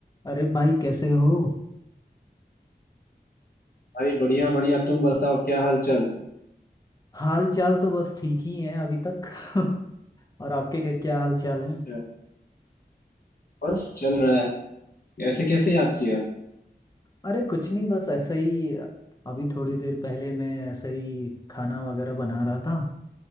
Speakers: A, on the left; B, on the left.
A: अरे भाई कैसे हो
B: भाई बढ़िया बढ़िया तुम बताओ क्या हाल चाल
A: हाल चाल तो बस ठीक ही है अभी तक <laughs> और आपके क्या क्या हाल चाल है
B: चल- बस चल रहा है
A: हम्म,
B: ऐसे कैसे याद किया
A: अरे कुछ नहीं बस ऐसे ही अभी थोड़ी देर पहले मैं ऐसे ही खाना वगैरह बना रहा था